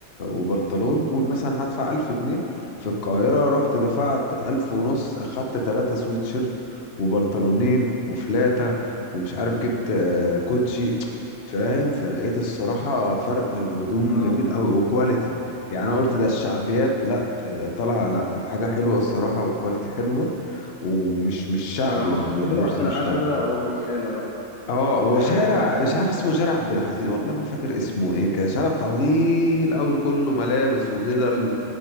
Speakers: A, on the left (about 55°); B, on the left (about 80°).
A: وبنطلون قول مثلا هدفع ألف جنيه في القاهرة رحت دفعت ألف ونص أخدت تلاتة سويت شيرت وبنطلونين وفلاتة ومش عارف جبت آه، كوتشي فاهم فلقيت الصراحة فرق الهدوم
B: اه
A: جميل أوي وكواليتي يعني أنا قلت ده الشعبيات لأ آه، طالعة لأ الحاجة حلوة الصراحة وكواليتي حلوة ومش مش شعبي
B: آه، ممكن
A: يعني
B: تكون
A: اللبس
B: رحت العتبة
A: مش شعبي
B: أو الوكالة بقى
A: اه هو
B: هي حاجة
A: شارع
B: من الاتنين
A: مش عارف اسمه شارع عبد العزيز والله ما فاكر اسمه ايه كده شارع طويل قوي كله ملابس وبدل و-